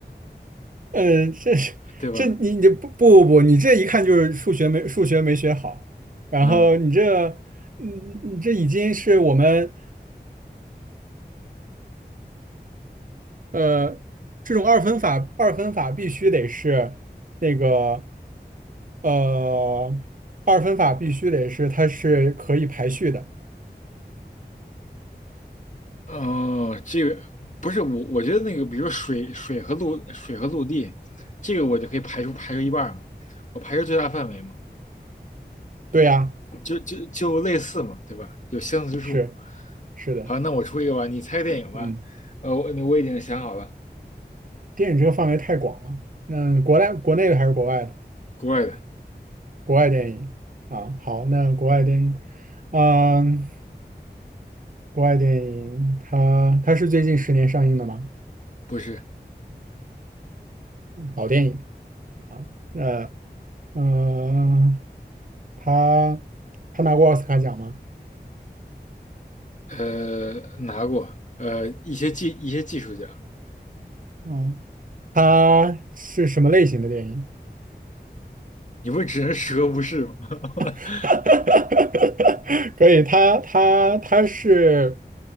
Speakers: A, on the right; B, on the left.
A: 嗯，这是这你你不不不，
B: 对吧？
A: 你这一看就是数学没数学没学好，然后你这
B: 啊、
A: 嗯你这已经是我们呃这种二分法二分法必须得是那个呃二分法必须得是它是可以排序的，
B: 哦，这个不是我，我觉得那个，比如说水、水和陆、水和陆地，这个我就可以排除排除一半儿嘛，我排除最大范围嘛，
A: 对呀，
B: 就就就类似嘛，对吧？有相似之处。
A: 是是的，
B: 好，那我出一个吧，你猜个电影吧。
A: 嗯，
B: 呃，我我已经想好了，
A: 电影这个范围太广了，那国内国内的还是国外的？
B: 国外的，
A: 国外电影啊，好，那国外电影，嗯。国外电影，它它是最近十年上映的吗？
B: 不是，
A: 老电影，呃呃，它它拿过奥斯卡奖吗？
B: 呃，拿过，呃，一些技一些技术奖，
A: 嗯，它是什么类型的电影？
B: 你不是只能十个不是吗？<laughs>
A: <laughs> 可以，它它它是